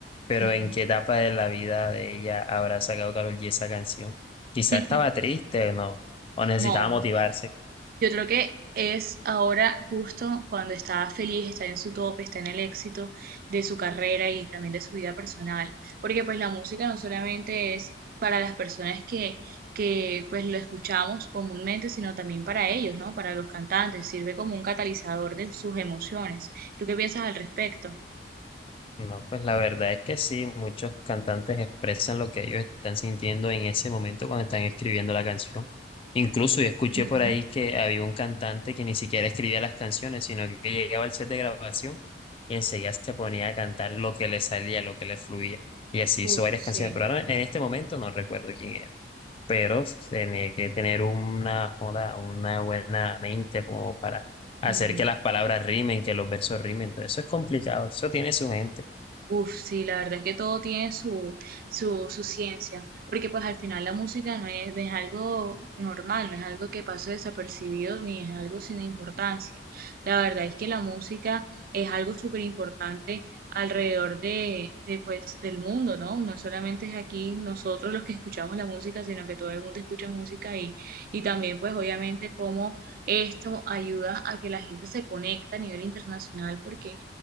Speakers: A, on the left; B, on the right.
A: pero
B: Ujú.
A: ¿en qué etapa de la vida de ella habrá sacado Karol G esa canción? Quizá
B: <laughs>
A: estaba triste, ¿no? O necesitaba
B: No.
A: motivarse.
B: Yo creo que es ahora justo cuando está feliz, está en su tope, está en el éxito de su carrera y también de su vida personal, porque pues la música no solamente es para las personas que, que pues lo escuchamos comúnmente, sino también para ellos, ¿no? Para los cantantes, sirve como un catalizador de sus emociones. ¿Tú qué piensas al respecto?
A: No, pues la verdad es que sí, muchos cantantes expresan lo que ellos están sintiendo en ese momento cuando están escribiendo la canción. Incluso yo escuché
B: Ujú.
A: por ahí que había un cantante que ni siquiera escribía las canciones, sino que llegaba al set de grabación y enseguida se ponía a cantar lo que le salía, lo que le fluía. Y así hizo
B: Uf,
A: varias
B: sí.
A: canciones, pero ahora en este momento no recuerdo quién era. Pero tenía que tener una, joda, una buena mente como para hacer
B: Ujú.
A: que las palabras rimen, que los versos rimen. Entonces eso es complicado, eso tiene su gente.
B: Uf, sí, la verdad es que todo tiene su, su, su ciencia, porque pues al final la música no es, no es algo normal, no es algo que pase desapercibido ni es algo sin importancia. La verdad es que la música es algo súper importante alrededor de, de, pues, del mundo, ¿no? No solamente es aquí nosotros los que escuchamos la música, sino que todo el mundo escucha música y, y también pues obviamente cómo esto ayuda a que la gente se conecte a nivel internacional, porque